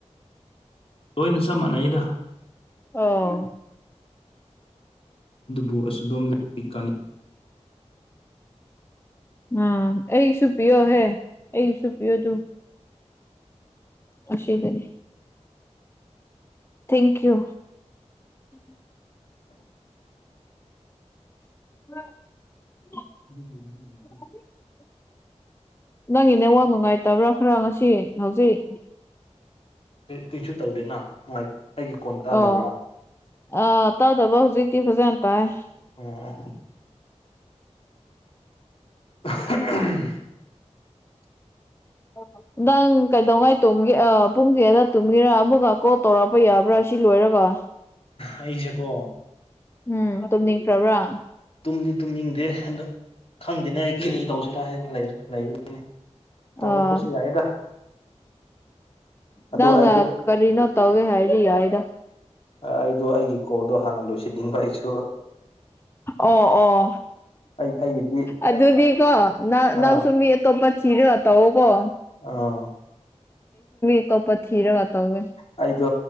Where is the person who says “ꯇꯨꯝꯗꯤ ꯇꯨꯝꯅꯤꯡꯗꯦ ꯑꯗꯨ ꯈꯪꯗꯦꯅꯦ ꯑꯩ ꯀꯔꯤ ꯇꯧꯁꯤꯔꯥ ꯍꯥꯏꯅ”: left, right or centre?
Left